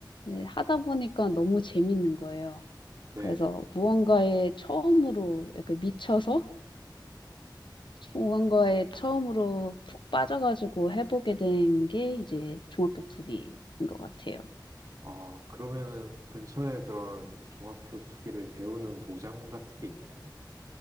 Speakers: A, on the left; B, on the right.
A: 이제 하다 보니까 너무 재밌는 거예요.
B: 네.
A: 그래서 무언가에 처음으로 약간 미쳐서 무언가에 처음으로 푹 빠져가지고 해보게 된 게 이제 종합격 투기인 것 같아요.
B: 어, 그러면은 근처에 그런 종합기억 투기를 배우는 도장 같은 게 있나요?